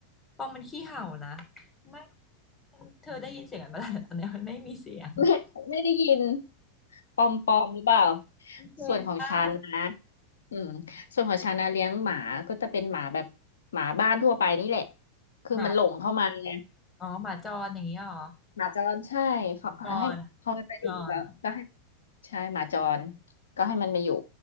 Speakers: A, on the left (about 15°); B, on the left (about 80°).
A: ปอมมันขี้เห่านะไม่เธอได้ยินเสียงมันมาแล้วตอนเนี้ยมันไม่มีเสียง
B: ไม่ไม่ได้ยินปอมปอมหรือเปล่า
A: มันเทรนได้
B: ส่วนของฉันนะอืมส่วนของฉันนะเลี้ยงหมาก็จะเป็นหมาแบบหมาบ้านทั่วไปนี่แหละคือมันหลงเข้ามาไง
A: หมาอ๋อหมาจรอย่างนี้เหรอ
B: หมาจรใช่เขาให้พอมันไปอยู่แล้วก็ให้
A: จรจร
B: ใช่หมาจรก็ให้มันมาอยู่